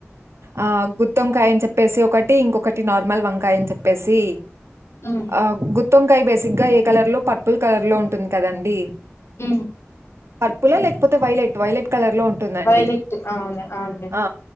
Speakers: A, on the right; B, on the left.
A: ఆ గుత్తి వంకాయ అని చెప్పేసి ఒకటి ఇంకొకటి నార్మల్ వంకాయ అని చెప్పేసి
B: ఉమ్
A: ఆ గుత్తొంకాయ బేసిక్గా ఏ కలర్ లో పర్పుల్ కలర్ లో ఉంటుంది కదండి
B: ఊ
A: పర్పుల్ ల లేకపోతే వైలెట్ వైలెట్ కలర్ లో ఉంటుందండి
B: వైలెట్ అవును అవునండి
A: ఆ